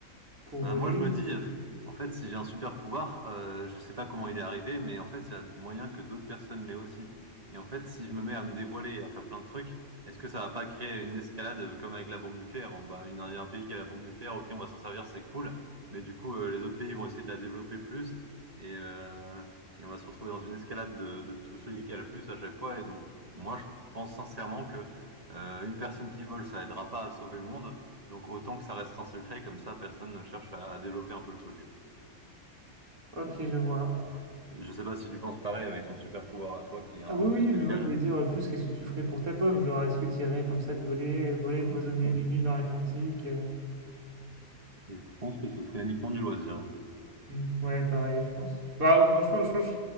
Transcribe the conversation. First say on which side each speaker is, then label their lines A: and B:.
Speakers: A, on the right; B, on the right.
A: Pour
B: Bah,
A: voler?
B: moi, je me dis, euh, en fait, si j'ai un super pouvoir, euh, je sais pas comment il est arrivé, mais en fait, il y a moyen que d'autres personnes l'aient aussi. Et en fait, si je me mets à me dévoiler et à faire plein de trucs, est-ce que ça va pas créer une escalade euh, comme avec la bombe nucléaire? Bon, Bah, une- il y a un pays qui a la bombe nucléaire, ok, on va s'en servir, c'est cool, mais du coup, euh, les autres pays vont essayer de la développer plus et, euh, et on va se retrouver dans une escalade de, de tout celui qui a le plus à chaque fois. Et donc, moi, je pense sincèrement que euh, une personne qui vole, ça aidera pas à sauver le monde. Donc autant que ça reste un secret, comme ça personne ne cherche à, à développer un peu le truc.
A: Ok, je vois.
B: Ouais. Je sais pas si tu penses pareil avec ton super pouvoir à toi qui est un
A: Ah
B: peu
A: oui, oui,
B: plus spécial.
A: mais moi je voulais dire euh, plus qu'est-ce que tu ferais pour ta pomme? Genre, est-ce que tu irais comme ça de voler, voler,
B: Ah,
A: te poser au milieu d'une île dans l'Atlantique? euh,
B: Je pense que ce serait uniquement du loisir. hein.
A: Hmm, ouais, pareil, je pense. Bah, enfin, je pense, je pense que